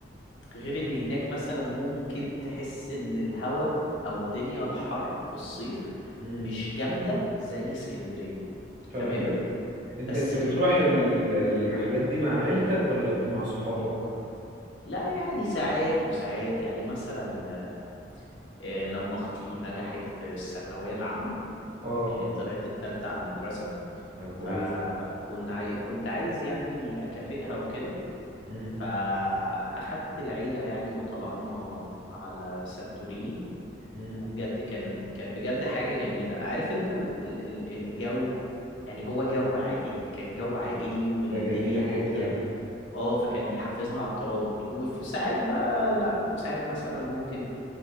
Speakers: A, on the left; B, on the right.
A: غير ان هناك مثلا ممكن تحس ان الهوا او الدنيا الحر في الصيف
B: امم
A: مش جامدة زي اسكندرية
B: فاهمك
A: تمام
B: طب انت
A: بس
B: انت بتروح
A: غير كده
B: ال- الرحلات دي مع عيلتك ولا بت- مع صحابك
A: لا يعني ساعات وساعات يعني مثلا آه، لما اختي نجحت في الثانوية العامة
B: اه
A: آه، طلعت التالتة على المدرسة
B: طب كويس
A: فكنت عاي... كنت عايز يعني أكافئها وكده
B: امم
A: فأخدت العيلة يعني وطلعنا على سانتوريني
B: امم
A: وبجد كان كان بجد حاجة جميلة عارف انت ال... ال... ال- الجو يعني هو جو عائلي كان جو عائلي والدنيا
B: ده جميلة جدا
A: هادية اه فكان بيحفزنا على الترابط وفي ساعات بقى لا ساعات مثلا ممكن